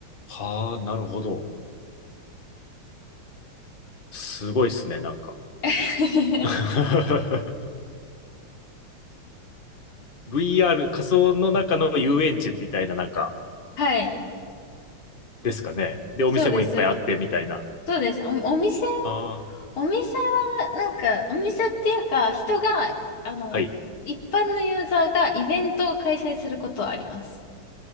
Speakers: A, on the left (about 30°); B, on the left (about 85°).
A: はあ、なるほど。すごいっすね、なんか。
B: <laughs>
A: <laughs> VR、仮想の中の遊園地みたいな、なんか、
B: はい。
A: ですかね。で、お店もいっぱいあってみたいな。
B: そうです、そうです。
A: あ
B: そうです。お、お店
A: あ、
B: お店は、なんか、お店っていうか、人が、あの、
A: はい。
B: 一般のユーザーがイベントを開催することはあります。